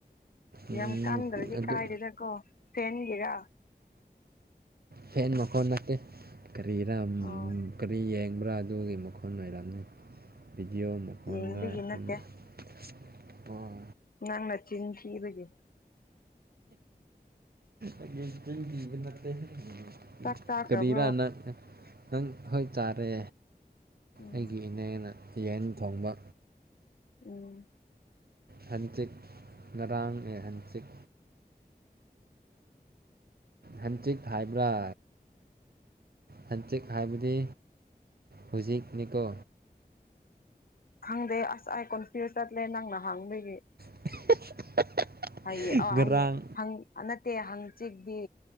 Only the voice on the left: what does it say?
ꯌꯥꯝ ꯀꯥꯟꯗ꯭ꯔꯗꯤ
ꯀꯥꯏꯗꯦꯗꯀꯣ ꯇꯦꯟꯒꯦꯔ꯫
ꯑꯣ
ꯌꯦꯡꯕꯒꯤ
ꯅꯠꯇꯦ
ꯅꯪ ꯅ ꯆꯤꯟꯊꯤꯕꯒꯤ
ꯆꯥꯛ ꯆꯥꯈ꯭ꯔꯕ꯭ꯔꯣ
ꯎꯝ
ꯎꯝ꯫
ꯍꯪꯗꯦ ꯑꯁ ꯑꯥꯏ ꯀꯣꯟꯐ꯭ꯌꯁ ꯆꯠꯂꯦ ꯅꯪꯅ ꯍꯥꯡꯕꯒꯤ꯫
ꯍꯥꯏꯌꯦ ꯑ
ꯍꯥꯏꯌꯦ ꯍꯪ꯫ ꯅꯠꯇꯦ ꯍꯥꯡꯆꯤꯛꯇꯗꯤ